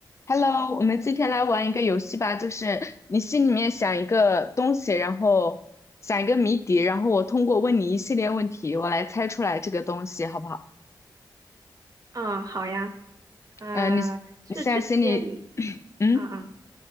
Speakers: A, on the left; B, on the right.
A: Hello，我们今天来玩一个游戏吧，就是你心里面想一个东西，然后想一个谜底，然后我通过问你一系列问题，我来猜出来这个东西，好不好？
B: 啊，好呀，呃，
A: 嗯，你你现在心里，
B: 是直接你
A: <clears throat> 嗯，
B: 啊啊，